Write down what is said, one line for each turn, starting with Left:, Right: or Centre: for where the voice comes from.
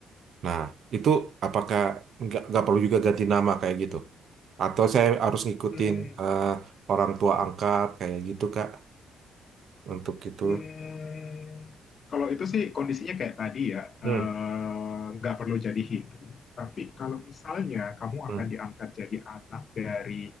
Right: nah itu apakah nggak nggak perlu juga ganti nama kayak gitu atau saya harus ngikutin
Left: Hmm.
Right: eh, orang tua angkat kayak gitu Kak untuk itu
Left: Hmm, kalau itu sih kondisinya kayak tadi ya, eh,
Right: hmm.
Left: nggak perlu jadi Hindu. Tapi kalau misalnya kamu
Right: Hmm.
Left: akan diangkat jadi anak dari